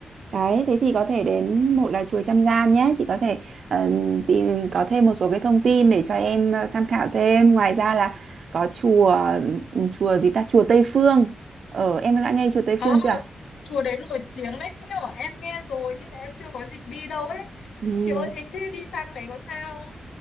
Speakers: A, on the right (about 70°); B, on the left (about 80°).
A: Đấy, thế thì có thể đến một là chùa Trăm Gian nhé, chị có thể ờ, tìm có thêm một số cái thông tin để cho em ờ, tham khảo thêm. Ngoài ra là có chùa ừ, chùa gì ta, chùa Tây Phương. Ờ em đã nghe chùa Tây
B: Ờ,
A: Phương chưa?
B: chùa đấy nổi tiếng đấy nhở, em nghe rồi nhưng mà em chưa có dịp đi đâu ấy.
A: Ừ.
B: Chị ơi thế thế đi sang đấy có sao